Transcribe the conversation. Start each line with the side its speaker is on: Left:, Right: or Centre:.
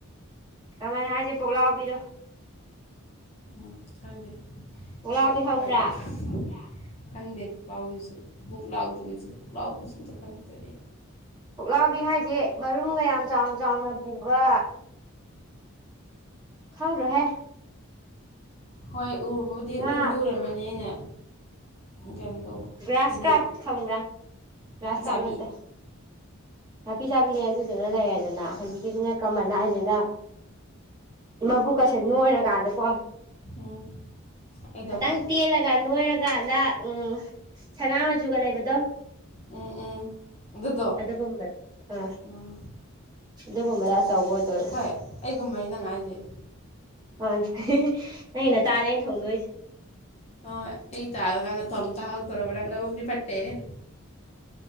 Right: ꯀꯃꯥꯜ ꯍꯥꯏꯁꯦ ꯄꯨꯛꯂꯥꯎꯕꯤꯗꯣ
Left: ꯎꯝ ꯈꯪꯗꯦ
Right: ꯄꯨꯛꯂꯥꯎꯕꯤ
Left: ꯍꯣꯏ
Right: ꯈꯪꯕ꯭ꯔꯥ
Left: ꯑꯣꯏꯔꯗꯤ ꯐꯔꯦ ꯈꯪꯗꯦ ꯄꯨꯛꯂꯥꯎꯕꯤꯁꯨ ꯄꯨꯛ ꯂꯥꯎꯗꯕꯁꯨ ꯄꯨꯛ ꯂꯥꯎꯕꯁꯨ ꯑꯝꯇ ꯈꯪꯗꯦ
Right: ꯄꯨꯛꯂꯥꯎꯕꯤ ꯍꯥꯏꯁꯦ ꯃꯔꯨꯝꯒ ꯌꯥꯝ ꯆꯥꯎꯅ ꯆꯥꯎꯅ ꯄꯨꯕ ꯈꯪꯗ꯭ꯔꯣꯍꯦ
Left: ꯍꯣꯏ ꯎꯕꯕꯨꯗꯤ
Right: ꯉꯥ
Left: ꯎꯕꯨꯗꯤ ꯎꯔꯝꯃꯅꯤ ꯑꯩꯅ ꯀꯩꯅꯣ ꯇꯧꯕ
Right: ꯒ꯭ꯔꯥꯁ
Left: ꯍꯥꯏꯗꯤ
Right: ꯀꯥꯞ ꯈꯪꯕ꯭ꯔꯥ ꯒ꯭ꯔꯥꯁ
Left: ꯅꯥꯄꯤ
Right: ꯀꯥꯞ
Left: ꯆꯥꯕꯤ
Right: ꯅꯠꯇꯦ ꯅꯥꯄꯤ ꯆꯥꯕꯤꯅꯦ ꯑꯗꯨꯗꯨꯅ ꯂꯩꯔꯦꯗꯅ ꯍꯧꯖꯤꯛꯀꯤꯁꯤꯅ ꯀꯃꯟ ꯍꯥꯏꯁꯤꯅ ꯃꯕꯨꯛꯀꯁꯦ ꯅꯣꯏꯔꯀꯥꯟꯗ ꯀꯣ
Left: ꯎꯝ ꯀꯩꯗꯧꯉꯥ
Right: ꯈꯤꯇꯪ ꯇꯦꯜꯂꯒ ꯅꯣꯏꯔꯀꯥꯟꯗ ꯎꯝ ꯁꯅꯥ ꯃꯆꯨꯒ ꯂꯩꯕꯗꯣ
Left: ꯎꯝ ꯎꯝ ꯑꯗꯨꯗꯣ
Right: ꯑꯗꯨꯒꯨꯝꯕ ꯑ
Left: ꯎꯝ
Right: ꯑꯗꯨꯒꯨꯝꯕꯗ ꯑꯆꯧꯕ ꯑꯣꯏꯗꯣꯏꯕ
Left: ꯌꯦ ꯑꯩꯒꯨꯝꯕꯅꯤ ꯅꯪ ꯍꯥꯢꯁꯤ
Right: ꯃꯥꯅꯦ ꯅꯪꯒꯤ ꯅꯇꯥꯅꯦ ꯑꯩꯅ ꯊꯣꯡꯗꯣꯏꯁꯦ
Left: ꯍꯣꯢ ꯑꯩ ꯢꯇꯥꯗꯣ ꯅꯪꯅ ꯊꯣꯛꯑꯒ ꯆꯥꯊꯣꯛꯇꯧꯔꯕ ꯅꯪ ꯅꯕꯨꯛꯗꯤ ꯐꯠꯇꯦꯍꯦ